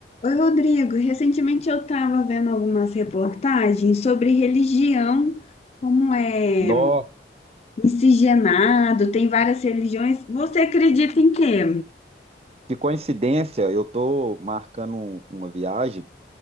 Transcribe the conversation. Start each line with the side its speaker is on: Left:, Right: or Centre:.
Left: Oi, Rodrigo. Recentemente eu estava vendo algumas reportagens sobre religião, como é
Right: Nó,
Left: miscigenado, tem várias religiões. Você acredita em quê?
Right: que coincidência, eu tô marcando um, uma viagem,